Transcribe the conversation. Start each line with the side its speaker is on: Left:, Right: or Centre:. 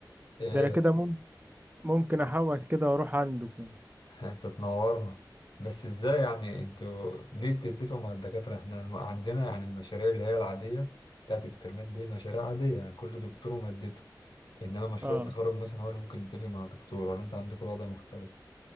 Left: إيه،
Right: ده أنا
Left: بس
Right: كده مم- ممكن أحول كده وأروح عندكم
Left: <laughs> انت تنورنا بس ازاي يعني انتوا ليه بتتفقوا مع الدكاترة احنا الم- عندنا يعني المشاريع اللي هي العادية بتاعت الترمات دي مشاريع عادية يعني كل دكتور ومادته انما مشروع
Right: اه
Left: التخرج مثلا هو اللي ممكن يتفق مع دكتور ولا انت عندكم الوضع مختلف